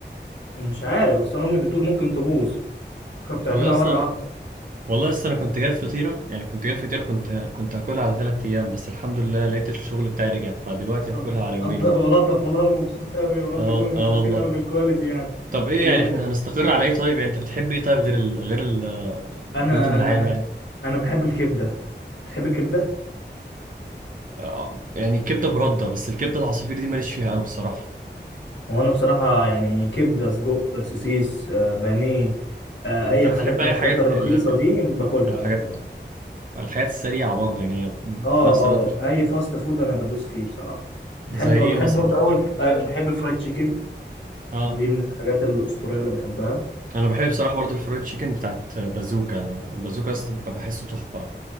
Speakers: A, on the left; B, on the right.
A: مش عارف بس انا امي بتقول ممكن تبوظ فبتعملها
B: والله اصلا
A: مره واحده
B: والله اصلا انا كنت جايب فطيره يعني كنت جايب فطيره كنت كنت هاكلها على 3 ايام بس الحمد لله لقيت الشغل بتاعي رجع فدلوقتي هاكلها
A: قد-
B: على يومين
A: قدر
B: اهو
A: ولطف والله انا مبسوط قوي ورب
B: اه
A: يكونوا مبسوطين
B: اه والله
A: قوي بالكواليتي يعني
B: طب ايه
A: وانا
B: يعني احنا هنستقر على ايه طيب يعني انت بتحب ايه طيب غير ال... غير البيض
A: انا
B: النعام يعني
A: انا بحب الكبده بتحب الكبده
B: آه، يعني كبدة برده بس الكبدة العصافير دي ماليش فيها قوي بصراحة
A: هو انا بصراحه يعني كبده سجق سوسيس آه، بانيه آه، اي
B: انت بتحب
A: حاجات
B: اي
A: من الحاجات
B: حاجات ال-
A: الرخيصه
B: ال-
A: دي باكلها
B: الحاجات
A: عادي يعني
B: الحاجات السريعة برضه يعني
A: اه
B: في نفس الوقت ال-
A: اه اي فاست فود انا بدوس فيه بصراحه بتحب
B: زي ايه
A: او بحب
B: مثلا
A: برضه اول آه، بحب الفرايد تشيكن
B: اه
A: دي من الحاجات الاسطوريه اللي بحبها
B: انا بحب بصراحة برضه الفرايد تشيكن بتاعت بازوكا بازوكا يا اسطى بحسه تحفة